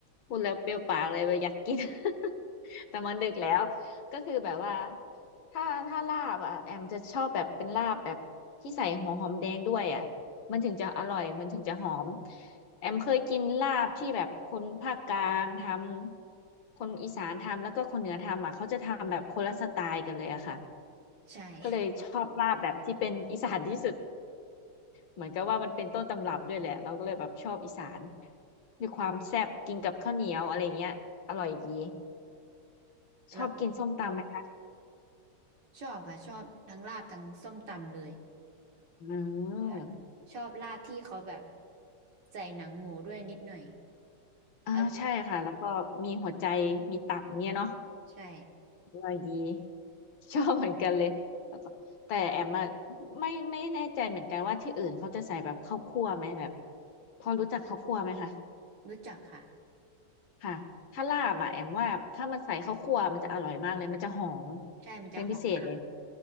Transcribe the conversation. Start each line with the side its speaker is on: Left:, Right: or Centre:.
Left: พูดแล้วเปรี้ยวปากเลยว่าอยากกิน <laughs> แต่มันดึกแล้วก็คือแบบว่าถ้าถ้าลาบอ่ะแอมจะชอบแบบเป็นลาบแบบที่ใส่หัวหอมแดงด้วยอ่ะมันถึงจะอร่อยมันถึงจะหอมแอมเคยกินลาบที่แบบคนภาคกลางทำคนอีสานทำแล้วก็คนเหนือทำอ่ะเขาจะทำแบบคนละสไตล์กันเลยอะค่ะ
Right: ใช่
Left: ก็เลยชอบลาบแบบที่เป็นอีสานที่สุด เหมือนกับว่ามันเป็นต้นตำรับด้วยแหละเราก็เลยแบบชอบอีสานด้วีความแซ่บกินกับข้าวเหนียวอะไรเงี้ยอร่อยดี
Right: <laughs>
Left: ชอบกินส้มตำไหมคะ
Right: เราก็ชอบชอบค่ะชอบทั้งลาบทั้งส้มตำเลย
Left: อื
Right: ว่า
Left: ม
Right: ชอบลาบที่เขาแบบใส่หนังหมูด้วยนิดหน่อย
Left: อ่าใช่ค่ะแล้วก็มีหัวใจมีตับเงี้ยเนาะ
Right: อร่อยใช่
Left: อร่อยดีชอบเหมือนกันเลยแล้วก็แต่แอมอะไม่ไม่แน่ใจเหมือนกันว่าที่อื่นเขาจะใส่แบบข้าวคั่วไหมแบบพอรู้จักข้าวคั่วไหมคะ
Right: <laughs> รู้จักค่ะ
Left: ค่ะถ้าลาบอะแอมว่าถ้ามันใส่ข้าวคั่วมันจะอร่อยมากเลยมันจะหอม
Right: ใช่มันจะหอม
Left: เป็นพิเศษเลย